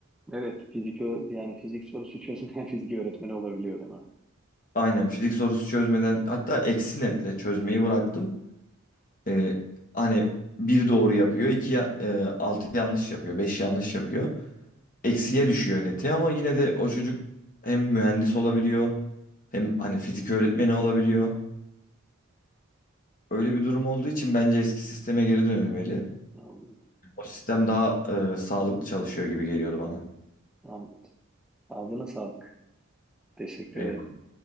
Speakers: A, in the centre; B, on the left.
A: Evet, fizik ö- yani fizik sorusu çözümleyen <laughs> fizik öğretmeni olabiliyor değil mi?
B: Aynen fizik sorusu çözmeden hatta eksi netle çözmeyi bıraktım. E, hani bir doğru yapıyor, iki ya- e, altı yanlış yapıyor, beş yanlış yapıyor. Eksiye düşüyor neti ama yine de o çocuk hem mühendis olabiliyor hem hani fizik öğretmeni olabiliyor. Öyle bir durum olduğu için bence eski sisteme geri dönülmeli.
A: Anladım.
B: O sistem daha e, sağlıklı çalışıyor gibi geliyordu bana.
A: Anladım. Ağzına sağlık. Teşekkür
B: Eyvallah,
A: ederim.